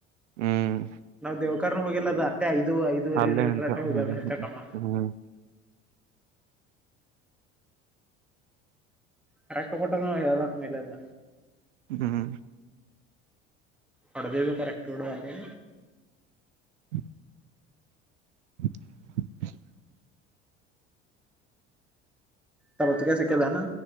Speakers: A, on the right (about 75°); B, in the centre.
A: ಹ್ಮ್
B: ನಾವು ದವ ದೇವ್ಕರ್ ಹೋಗಿಲ್ಲ ಅದು ಅಟ್ಟೆ ಐದು ಐದುವರೆ
A: ಅಲ್ಲೇ
B: ಲೀಟರ್
A: ನಿಂತ
B: ಅಟ್ಟೆ ಹೋಗ್ಯದ
A: ಹ್ಮ್
B: ಹೆಚ್ಚೆ ಕಮ್ಮ
A: ಹ್ಮ್
B: ಕರೆಕ್ಟ್ ಕೊಟ್ಟದ ಅವ ಹೇಳ್ದಟ್ಟ ಮೈಲೇಜ್
A: ಹ್ಮ್
B: ಹೊಡೆದಿದ್ದು ಕರೆಕ್ಟ್ ಹೊಡೆದಿವೆ
A: ಹ್ಮ <unintelligible>
B: ತರೊತ್ತಗೆ ಸಿಕ್ಕಲ್ಲನಾ